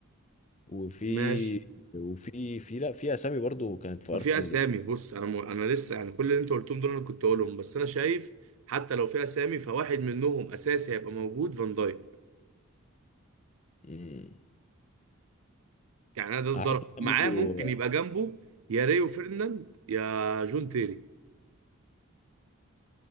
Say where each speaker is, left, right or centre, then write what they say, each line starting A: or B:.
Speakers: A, on the left (about 30°); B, on the right (about 70°).
A: وفي
B: ماشي
A: وفي في لا في اسامي برضو كانت في
B: ما
A: ارسنال
B: في اسامي
A: وس-
B: بص انا م... انا لسه يعني كل اللي انت قلتهم دول انا كنت اقولهم بس انا شايف حتى لو في اسامي فواحد منهم اساسي هيبقى موجود فان دايك
A: مم.
B: يعني انا ده الضرب
A: هحط
B: معاه
A: جنبه
B: ممكن يبقى جنبه يا ريو فيرناند يا جون تيري